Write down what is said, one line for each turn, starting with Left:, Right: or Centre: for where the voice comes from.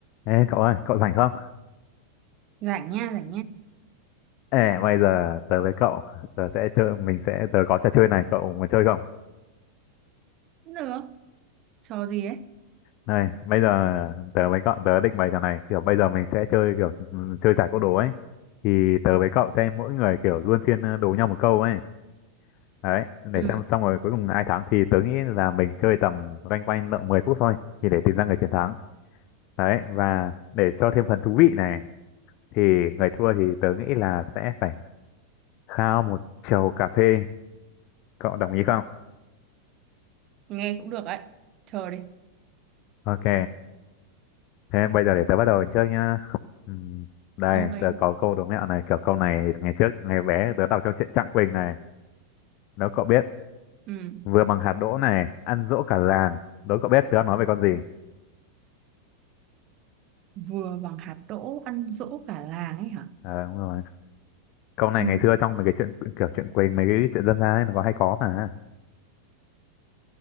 Left: Ê cậu ơi, cậu rảnh không?
Right: Rảnh nha, rảnh nha.
Left: Ê, bây giờ tớ với cậu, tớ sẽ chơi, mình sẽ, tớ có trò chơi này, cậu muốn chơi không?
Right: Cũng được. Trò gì ấy?
Left: Này, bây giờ tớ với cậu, tớ định bày trò này, kiểu bây giờ mình sẽ chơi kiểu ừm, chơi giải câu đố ấy. Thì tớ với cậu sẽ mỗi người kiểu luân phiên ờ, đố nhau một câu ấy. Đấy, để
Right: Ừ,
Left: xem xong rồi cuối cùng ai thắng thì tớ nghĩ là mình chơi tầm loanh quanh lợn 10 phút thôi, thì để tìm ra người chiến thắng. Đấy, và để cho thêm phần thú vị này, thì người thua thì tớ nghĩ là sẽ phải khao một chầu cà phê. Cậu đồng ý không?
Right: nghe cũng được ấy. Chờ đi.
Left: Ok. Thế bây giờ để tớ bắt đầu chơi nhá. Ừm, Đây,
Right: Ok.
Left: tớ có câu đố mẹo này, kiểu câu này thì ngày trước, ngày bé tớ đọc trong truyện Trạng Quỳnh này. Nếu cậu biết,
Right: Ừ,
Left: vừa bằng hạt đỗ này, ăn dỗ cả làng. Đố cậu biết tớ đang nói về con gì?
Right: vừa bằng hạt đỗ ăn dỗ cả làng ấy hả?
Left: Ờ đúng rồi. Câu này
Right: Ừ,
Left: ngày xưa trong mấy cái chuyện kiểu truyện Quỳnh, mấy cái chuyện dân gian ấy, nó có hay có mà.